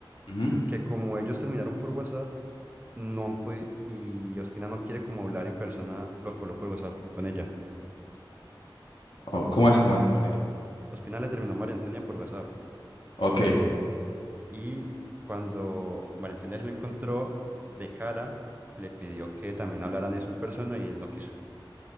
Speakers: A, on the left (about 70°); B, on the right (about 20°).
A: ujú.
B: Que como ellos terminaron por WhatsApp, no han podido, y Ospina no quiere como hablar en persona lo que habló por WhatsApp con ella.
A: Oh, ¿cómo así, cómo así, cómo así?
B: Ospina le terminó a María Antonia por WhatsApp
A: Ok,
B: y cuando María Antonia se lo encontró de cara, le pidió que también hablaran eso en persona y él no quiso.